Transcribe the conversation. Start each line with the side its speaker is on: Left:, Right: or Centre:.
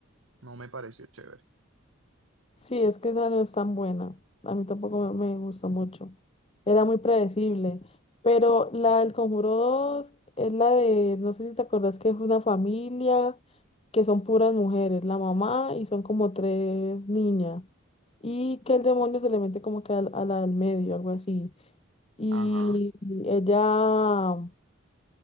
Right: no me pareció chévere.
Left: Sí, es que esa no es tan buena. A mí tampoco me, me gustó mucho. Era muy predecible. Pero la del Conjuro 2 es la de, no sé si te acordás que es una familia que son puras mujeres, la mamá y son como tres niñas. Y que el demonio se le mete como que al- a, la del medio, algo así. Y
Right: Ajá,
Left: ella,